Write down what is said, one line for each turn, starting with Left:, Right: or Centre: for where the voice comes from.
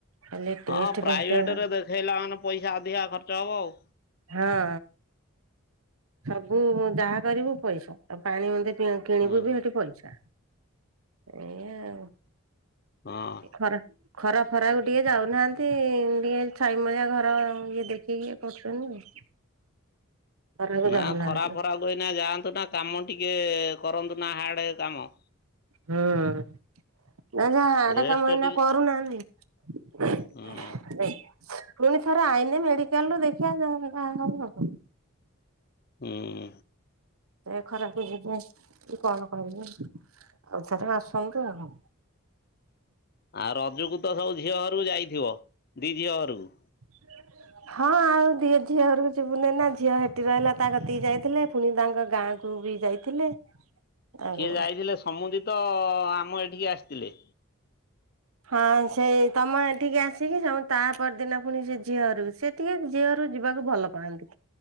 Right: ଖାଲି ଟେଷ୍ଟ
Left: ହଁ ପ୍ରାଇଭେଟ
Right: ଫେଷ୍ଟ ଗୁରା
Left: ରେ ଦେଖେଇଲା ମାନେ ପଇସା ଅଧିକା ଖର୍ଚ୍ଚ ହବ ଆଉ।
Right: ହଁ। ସବୁ ଯାହା କରିବୁ ପଇସା ପାଣି ଆଉ ମଦେ ଟିକେ କିଣିବୁ
Left: ହୁଁ
Right: ବି ସେଠି ପଇସା। ଏୟା ଆଉ
Left: ହଁ।
Right: ଏ ଖରା ଖରା ଫରାକୁ ଟିକେ ଯାଉନାହାନ୍ତି ଟିକେ ଛାଇ ମୁଳିଆ ଘର ଇଏ ଦେଖିକି ଇଏ କରୁଛନ୍ତି। ଖରାକୁ
Left: ନା
Right: ଯାଉନାହାନ୍ତି
Left: ଖରା ଫରା କୁନା ଯାଆନ୍ତୁନା କାମ ଟିକେ କରନ୍ତୁ ନା ହାର୍ଡ କାମ।
Right: ହୁଁ। ନା ଯାହା ହାର୍ଡ଼
Left: ରେଷ୍ଟ
Right: କାମ ଏଇନା
Left: ଟିକେ
Right: କରୁନାହାନ୍ତି
Left: ହୁଁ
Right: ରେ ପୁଣି ଥରେ ଆଇନ ମେଡିକାଲ ରୁ ଦେଖିବା ଯାହା <unintelligible>
Left: ହୁଁ।
Right: ଏ ଖରାପ ଯିବ କି କଣ କରିବି ଆଉ ଥରେ ଆସନ୍ତୁ ଆଉ
Left: ଆ ରଜକୁ ତ ସବୁ ଝିଅ ଘରକୁ ଯାଇଥିବ, ଦି ଝିଅ ଘରକୁ
Right: <unintelligible> ହଁ ଆଉ ଦି ଝିଅ ଘରକୁ ଯିବୁନି ନା ଝିଅ ହେଠି ରହିଲା ତା କତିକି ଯାଇଥିଲେ ପୁଣି ତାଙ୍କ ଗାଁ କୁ ବି ଯାଇଥିଲେ ଆଉ
Left: କିିଏ ଯାଇଥିଲେ ସମୁଦି ତ ଆମ ଏଠିକି ଆସିଥିଲେ।
Right: ହଁ ସେଇ ତମ ଏଠିକି ଆସିକି ସ ତା ପରଦିନ ପୁଣି ସେ ଝିଅ ଘରକୁ ସେ ଟିକେ ଝିଅ ଘରକୁ ଯିବାକୁ ଭଲ ପାଆନ୍ତି।